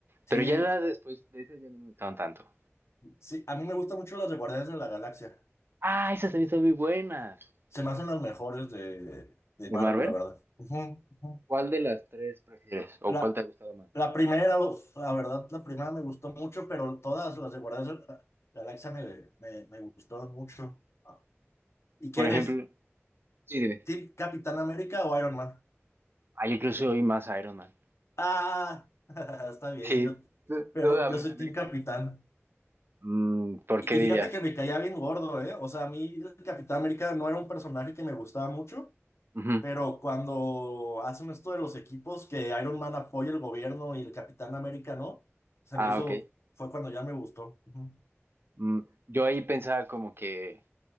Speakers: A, on the left; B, on the right.
A: Sí,
B: Pero ya la después de esas ya no me gustaron tanto.
A: sí, a mí me gustan mucho las de Guardianes de la Galaxia.
B: Ah, esas también son muy buenas.
A: Se me hacen las mejores de, de
B: ¿De
A: Marvel,
B: Marvel?
A: la verdad. Ujú, ujú.
B: ¿Cuál de las tres prefieres? ¿O cuál
A: La,
B: te ha gustado más?
A: la primera, uf, la verdad, la primera me gustó mucho, pero todas las de Guardianes de la Galaxia me, me, me gustaron mucho. Ah, ¿Y qué
B: Por ejemplo,
A: eres?
B: sí, dime.
A: ¿Team Capitán América o Iron Man?
B: Ah, yo creo que soy más Iron Man.
A: Ah, <laughs> está bien,
B: Sí,
A: yo,
B: ¿tú,
A: pero
B: tú de Am-
A: yo soy
B: América?
A: Team Capitán.
B: Mm, ¿por
A: Y,
B: qué
A: y
B: dirías?
A: fíjate que me caía bien gordo, ¿eh? O sea, a mí el Capitán América no era un personaje que me gustaba mucho,
B: Ujú.
A: pero cuando hacen esto de los equipos que Iron Man apoya el gobierno y el Capitán América no, se
B: Ah,
A: me hizo,
B: ok.
A: fue cuando ya me gustó. Ujú.
B: Mm, yo ahí pensaba como que,